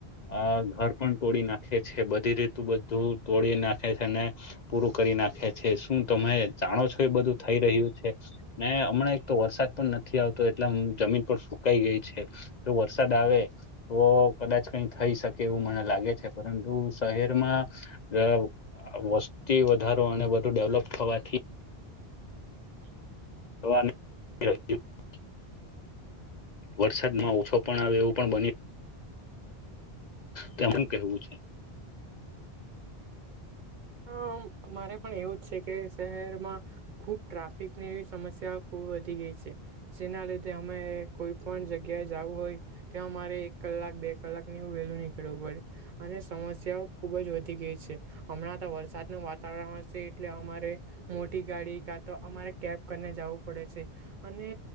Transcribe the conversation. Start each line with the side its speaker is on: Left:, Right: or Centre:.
Left: આ ઘર પણ તોડી નાખે છે, બધી રીતુ બધું તોડી નાખે છે, અને પૂરું કરી નાખે છે, શું તમે જાણો છો એ બધું થઈ રહ્યું છે. ને હમણાં એક તો વરસાદ પણ નથી આવતો એટલે એમ જમીન પર શું કાઈ ગઈ છે તો વરસાદ આવે તો કદાચ કંઈ થઈ શકે એવું મને લાગે છે, પરંતુ શહેરમાં અ વસ તે વધારો અને વધું ડેવલપ થવાથી
Right: <inaudible>
Left: <inaudible> વરસાદમાં ઓછો પણ આવે એવું પણ બની તેમન કહેવું છે.
Right: અ મારે પણ એવું જ છે, કે શહેરમાં ખૂબ ટ્રાફિકની એવી સમસ્યા ખૂ બહુ વધી ગઈ છે. જેના લીધે અમે કોઈ પણ જગ્યાએ જાવું હોય ત્યાં અમારે એક કલાક બે કલાકની વેલું નીકળું પડે. અને સમસ્યાઓ ખૂબ જ વધી ગઈ છે હમણાં તો વરસાદનું વાતાવરણ હશે એટલે અમારે મોટી ગાડી કા તો અમારે કેબ કરીને જાવું પડે છે. અને